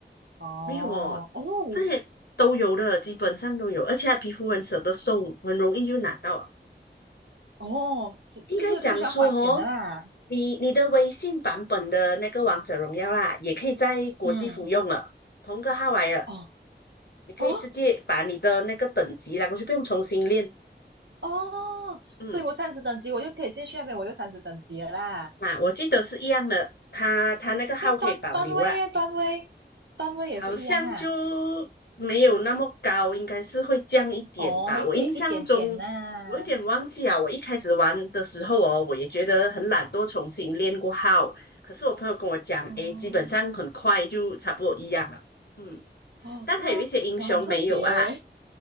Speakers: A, on the right; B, on the left.
A: 哦哦
B: 没有哦，那些都有的，基本上都有，而且它皮肤很舍得送，很容易就拿到了。
A: 哦，就就是不需要花钱的啦。
B: 应该讲说哦，你你的微信版本的那个王者荣耀啦，也可以在国际服用了，
A: 嗯，
B: 同个号来了，
A: 哦
B: 你可以直接把你的那个等级啦，
A: 哦
B: 过去不用重新练。
A: 哦，
B: 嗯，
A: 所以我三十等级，我就可以直接去那边，我就三十等级了啦。
B: 啊，我记得是一样的，他他那个号可以保留啊，
A: 这样段段位耶，段位段位也是一样啊。
B: 好像就没有那么高，应该是会降一点吧。
A: 哦，会点一点点呐、
B: 我印象中，我有点忘记啊。我一开始玩的时候哦，我也觉得很懒惰，重新练过号。可是我朋友跟我讲，
A: 哦，
B: 诶，基本上很快就差不多一样了。嗯，
A: 哦，是哦，
B: 但还有一些英雄没有啊，
A: 哇，很特别